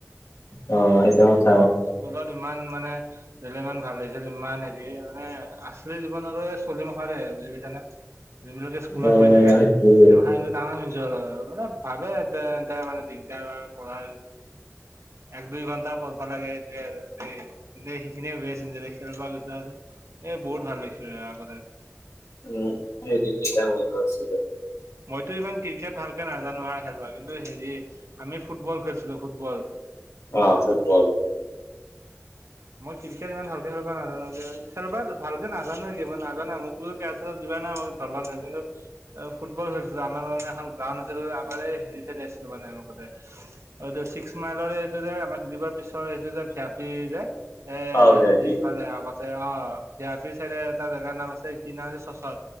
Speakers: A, on the left; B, on the right.
A: অ, সেইটো হয়
B: স্কুলত ইমান মানে ধৰিলে ইমান ভাল লাগিছিল ইমান হেৰি মানে আছলি জীৱন আৰু এই চলি মাখাৰে বুজি পাইছা না। যোনবিলকে স্কুলত
A: অ
B: পঢ়ি থাকে
A: সেইটোৱে
B: তেওঁহতৰ তামাম এনজয় কৰে, মানে ভাবে যে এ মানে দিদাৰ পঢ়া এক দুই ঘণ্টা পঢ লাগে এতিয়া আৰু এই এ সেইখিনিয়ে বে খেল গছ এই বহুত ভাল লাগি আৰু আগতে
A: উম, সেইদিতি টাইম মোৰো আছিলে।
B: মইতো ইমান ক্ৰিকেট ভালকে নাজানো আৰু খেলবাগ কিন্তু হেৰি আমি ফুটবল খেলছিলো ফুটবল।
A: অ ফুটবল
B: মই ক্ৰিকেট ইমান ভালকে খেলিবা নাজানো খেলবা ভালকে নাজানো মই নাজানো মোকো ণে ধৰব ন কিু অ ফুটবল খেলছিলো আমাৰ কাৰণে এখন গ্ৰাউড আছিলো আম হে চ আছিলো ে এনেুৱ এইটো ছিক্স মাইলৰে এইটো যে আমাৰ ডৰ পিছৰ এইটো যে ভয়াপি যে এ
A: অ
B: হেৰি
A: ভি
B: ইফালে আগতে অ বিয় পি চাইে তাৰ জেগাৰ নাম আছে ই নাম চচত